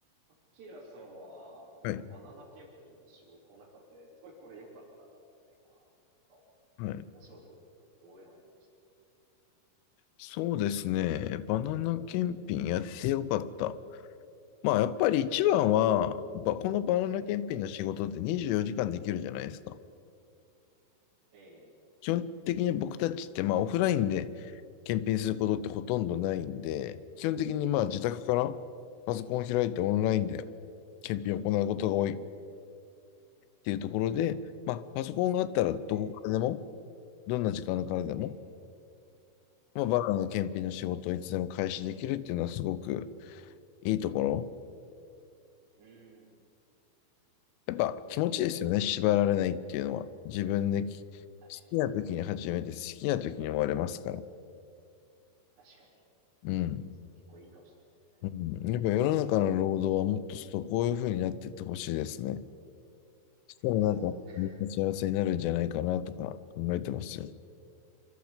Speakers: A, on the right; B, on the left.
A: アキラさんは、このバナナ検品の仕事の中で、
B: はい。
A: すごいこれ良かったな、みたいな、なんか
B: はい。
A: お仕事で特にどういうのありましたか
B: そうですね。バナナ検品やってよかった。まあ、やっぱり一番は、ばこのバナナ検品の仕事って24時間できるじゃないですか。
A: ええ
B: 基本的に僕たちって、まあ、オフラインで検品することってほとんどないんで、基本的にまあ、自宅からパソコンを開いてオンラインで
A: ええ
B: 検品を行うことが多いっていうところで、まあ、パソコンがあったらどこからでも、
A: ええ
B: どんな時間からでも、
A: ええ
B: まあ、
A: ええ
B: バナナの検品の仕事をいつでも開始できるっていうのはすごくいいところ。
A: うーん、
B: やっぱ気持ちですよね、縛られないっていうのは。自分でき好きな時に始めて、
A: 確かに、
B: 好きな時に終われますから。
A: 確かに。
B: うん。
A: それ結構いいかもしれないですね。
B: うん、
A: バナナ検品、
B: やっぱ世の中の労働はもっとそうこういうふうになっていってほしいですね。
A: これは。
B: そしたらなんか、
A: そうですね。
B: みんな幸せになるんじゃないかなとか考えてますよ。
A: ええ